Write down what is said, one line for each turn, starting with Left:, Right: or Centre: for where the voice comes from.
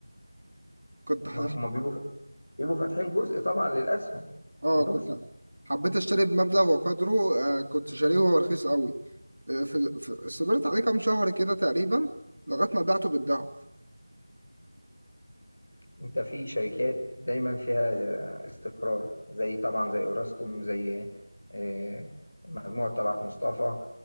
Right: كنت ح-
Left: ما هم بيبقوا بيبقوا فاتحين جزء طبعا للأسهم
Right: أه
Left: في البورصة
Right: كنت حبيت أشتري بمبلغ وقدره آه كنت شاريه وهو رخيص قوي آه، في... في... صبرت عليه كام شهر كده تقريبا لغاية ما بعته بالضعف
Left: انت في شركات دايما فيها آه، استقرار زي طبعا زي اوراسكوم زي آه، مجموعة طلعت مصطفى